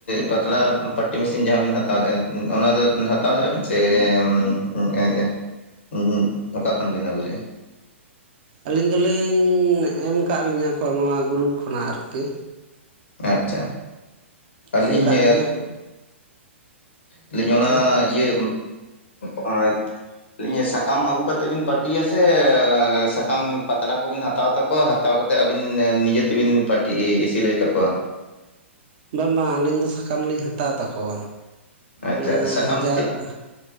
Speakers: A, on the left; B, on the right.
A: ᱯᱟᱛᱲᱟ ᱯᱟᱹᱴᱤ ᱢᱤᱥᱤᱱ ᱡᱟᱦᱟᱸ ᱵᱤᱱ ᱦᱟᱛᱟᱣ ᱞᱮᱜ-ᱟ ᱚᱱᱟ ᱫᱚ ᱦᱟᱸᱜ ᱦᱟᱛᱟᱣ ᱞᱮᱜ-ᱟ ‌ᱵᱤᱱ ᱥᱮ ᱮ ᱩᱸ ᱮ ᱩᱢ ᱚᱠᱟ ᱠᱷᱚᱱ ᱵᱤᱱ ᱟᱹᱜᱩ ᱞᱮᱜ-ᱟ?
B: ᱟᱹᱞᱤᱧ ᱫᱩᱞᱤᱧ ᱮᱢ ᱟᱠᱟᱫ ᱞᱤᱧᱟᱸ ᱠᱚ ᱱᱚᱣᱟ ᱜᱩᱨᱩᱯ ᱠᱷᱚᱱᱟᱜ ᱟᱨᱠᱤ
A: ᱟᱪᱷᱟ ᱟᱹᱞᱤᱧ
B: ᱮᱢ ᱠᱟᱜ ᱞᱤᱧᱟᱹ ᱠᱚ
A: ᱟᱹᱞᱤᱧ ᱚᱱᱟ
B: ᱦᱮᱸ
A: ᱤᱭᱟᱹ <inaudible> ᱞᱤᱧᱟᱹ ᱥᱟᱠᱟᱢ ᱟᱹᱜᱩ ᱠᱟᱛᱮ ᱵᱤᱱ ᱯᱟᱹᱴᱤᱭᱟ ᱥᱮ ᱥᱟᱠᱟᱢ ᱯᱟᱛᱲᱟ ᱠᱩᱵᱤᱱ ᱦᱟᱛᱟᱣ ᱛᱟᱠᱚᱣᱟ ᱦᱟᱛ ᱦᱟᱛᱟᱣ ᱠᱟᱛᱮ ᱟᱵᱤᱱ ᱱᱤᱡᱮ ᱛᱮᱵᱤᱱ ᱯᱟᱹᱴᱤ ᱥᱤᱞᱟᱹᱭ ᱛᱟᱹᱠᱩᱣᱟ᱾
B: ᱵᱟᱝ ᱵᱟᱝ ᱟᱹᱞᱤᱧ ᱫᱚ ᱥᱟᱠᱟᱢ ᱞᱤᱧ ᱦᱟᱛᱟᱣ ᱛᱟᱠᱩᱣᱟ᱾
A: ᱟᱪᱪᱷᱟ
B: ᱚᱱᱟ
A: ᱥᱟᱠᱟᱢ
B: ᱦᱟᱡᱟᱨ
A: ᱫᱚ ᱪᱮᱫ
B: ᱟᱨ